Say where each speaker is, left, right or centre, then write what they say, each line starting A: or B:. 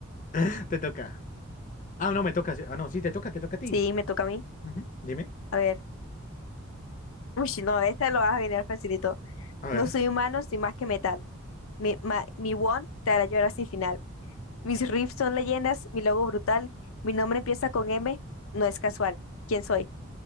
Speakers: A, on the left (about 40°); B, on the left (about 85°).
A: <laughs> te toca. Ah, no, me toca. sí. Ah, no, sí, te toca, te toca a ti.
B: Sí, me toca a mí.
A: Ujú, Dime.
B: A ver. Uy, no, esta lo vas a adivinar facilito.
A: A
B: No
A: ver.
B: soy humano, soy más que metal. Mi, ma- mi one te hará llorar sin final. Mis riffs son leyendas, mi logo brutal. Mi nombre empieza con M, no es casual. ¿Quién soy?